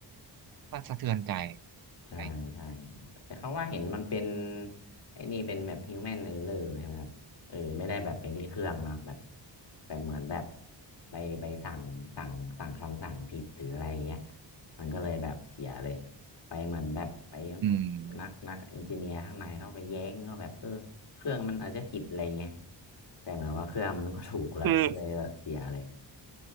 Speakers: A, on the right (about 55°); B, on the left (about 65°).
A: มันสะเทือนใจอะไรเงี้ย
B: ใช่ใช่แต่เขาว่าเห็นมันเป็นไอ้นี่เป็นแบบฮิวแมนเออร์เลอร์ใช่ไหมครับเออไม่ได้แบบเป็นที่เครื่องเนาะแบบแบบเหมือนแบบไปไปสั่งสั่งสั่งคำสั่งผิดหรืออะไรเงี้ยมันก็เลยแบบเสียเลยไปเหมือนแบบไป
A: อืม
B: นักนักเอนจิเนียร์ข้างในเข้าไปแย้งก็แบบเออเครื่องมันอาจจะผิดอะไรเงี้ยแต่เหมือนว่าเครื่องมันก็ถูกแล้วก็เลยแบบเสียเลย
A: คือ